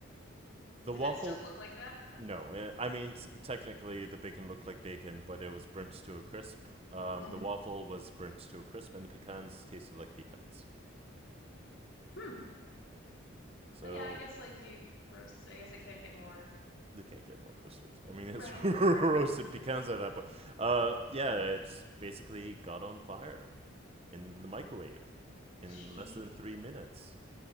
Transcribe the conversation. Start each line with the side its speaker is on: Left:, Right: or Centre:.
Right: The
Left: Did
Right: waffle,
Left: it still look like that?
Right: no. eh, I mean, s- technically, the bacon looked like bacon, but it was burnt to a crisp. Um,
Left: Mm-hmm.
Right: the waffle was burnt to a crisp, and the pecans tasted like pecans.
Left: Hmm.
Right: So
Left: Well, yeah, I guess like you roast, I guess I can't get more.
Right: they can't get more roasted. I mean, it's
Left: Right.
Right: <laughs> roasted pecans at that point. Uh, yeah, it's basically got on fire in the microwave in
Left: Jeez.
Right: less than three minutes.